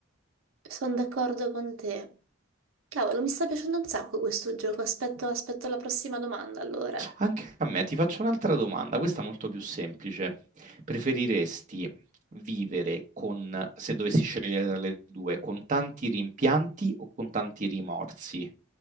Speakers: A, on the right; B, on the right.
A: Sono d'accordo con te. Cavolo, mi sta piacendo un sacco questo gioco. Aspetto, aspetto la prossima domanda, allora.
B: Anche a me, ti faccio un'altra domanda, questa molto più semplice. Preferiresti vivere con, se dovessi scegliere tra le due, con tanti rimpianti o con tanti rimorsi?